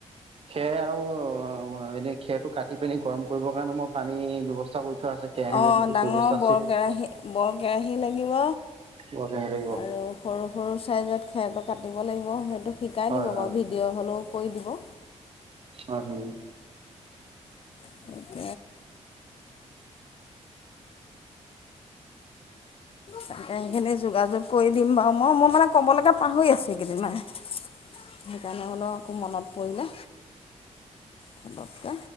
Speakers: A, on the right; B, on the left.
A: খেৰ আৰু অ এনে খেৰটো কাটি পিনি গৰম কৰিব কাৰণে মই পানীৰ ব্যৱস্থা কৰি থোৱা আছে। কেৰাহী
B: অঁ ডাঙৰ
A: ব্যৱস্থা
B: বৰ কেৰাহী বৰ কেৰাহী লাগিব।
A: বৰ কেৰাহী লা
B: আৰু সৰু সৰু চাইজত খেৰটো কাটিব লাগিব সেইটো শিকাই
A: হয়
B: দিব
A: হয়
B: বাৰু ভিড ডিঅ' হ'লেও কৰি দিব।
A: অ হুম।
B: <unintelligible> তাকে সেইখিনি যোগাযোগ কৰি দিম বাৰু। মই মই মানে ক'বলৈকে পাহৰি আছো এইকেইদিন মানে। সেইকাৰণে হ'লেও আকৌ মনত পৰিলে, সটককে।